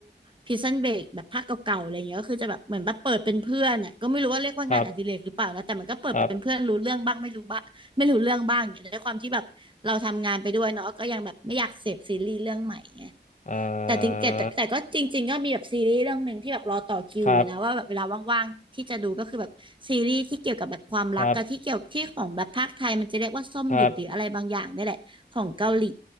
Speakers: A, on the right; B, on the left.
A: Prison Break แบบภาคเก่าๆอะไรเงี้ยก็คือจะแบบเหมือนแบบเปิดเป็นเพื่อนอ่ะก็ไม่รู้ว่าเรียกว่างานอดิเรกหรือเปล่านะแต่มันก็เปิดเป็นเพื่อนรู้เรื่องบ้างไม่รู้บ้างไม่รู้เรื่องบ้างเนี่ยด้วยความที่แบบเราทำงานไปด้วยเนาะก็ยังแบบไม่อยากเสพซีรีส์เรื่องใหม่ไง
B: ครับครับอ่า
A: แต่จริงแต่แต่ก็จริงๆก็มีแบบซีรีส์เรื่องหนึ่งที่แบบรอต่อคิวอยู่นะว่าแบบเวลาว่างๆที่จะดูก็คือแบบซีรีส์ที่เกี่ยวกับแบบความรักกับที่เกี่ยวที่ของแบบภาคไทยมันจะเรียกว่าส้มหยุดหรืออะไรบางอย่างนี่แหละของเกาหลี
B: ครับ ครับครับ